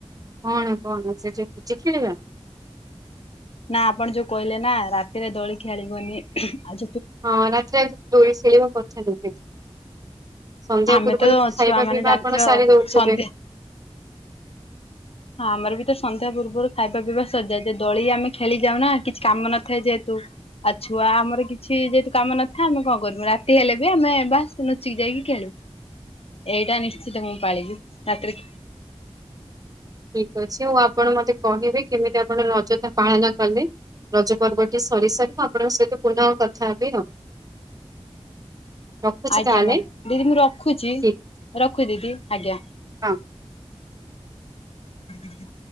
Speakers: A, on the right (about 35°); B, on the left (about 65°).
A: କଣ କଣ ସେ ଯେତିଛିି ଖେଳିବା।
B: ନା ଆପଣ ଯୋଉ କହିଲେ ନା ରାତିରେ ଦୋଳି ଖେଳିବନି ଆ
A: ହଁ ରାତିରେ ଆ ଦୋଳି ଶେଳିବାକୁ କରିଛନ୍ତି ସେ। ସନ୍ଧ୍ୟା
B: ଆମେ
A: ପୂର୍ବରୁ
B: ତ
A: ଖାଇବା
B: ଛୁଆ ମାନେ
A: ପିଇବା
B: ଜାଣିଥିବ
A: ଆପଣ ସାରି ଦଉଥିବେ।
B: ସନ୍ଧ୍ୟା ହଁ ଆମର ବି ତ ସନ୍ଧ୍ୟା ପୂର୍ବରୁ ଖାଇବା ପିଇବା ସଜା ଯେ ଦଳି ଆମେ ଖେଳିଯାଉ ନା କିଛି କାମ ନଥାଏ ଯେହେତୁ। ଆଉ ଛୁଆ ଆମର କିଛି ଯେହେତୁ କାମ ନଥାଏ ଆମେ କଣ କରମୁ ରାତି ହେଲେ ବି ଆମେ ବାସ ନଚିକି ଯାଇକି ଖେଳୁ। ଏଇଟା ନିଶ୍ଚିତ ମୁଁ ପାାଳିକି ରାତି।
A: ଠିକ ଅଛି ଆଉ ଆପଣ ମତେ କହିବେ କେମିତି ଆପଣ ଅଯଥା ପାଳନ କଲେ। ରଜ ପର୍ବଟି ସରି ସାରି ମୁଁ ଆପଣଙ୍କ ସହିତ ପୁନଃ ଆଉ କଥା ହେବି ଆଉ।
B: <inaudible>
A: ରଖୁଛି
B: ଆଜ୍ଞା
A: ତାହେଲେ
B: ମ୍ୟା ଦିଦି ମୁଁ ରଖୁଛି
A: ଠିକ
B: ରଖୁ ଦିଦି ଆଜ୍ଞା।
A: ହଁ।
B: ହୁଁ ହୁଁଁ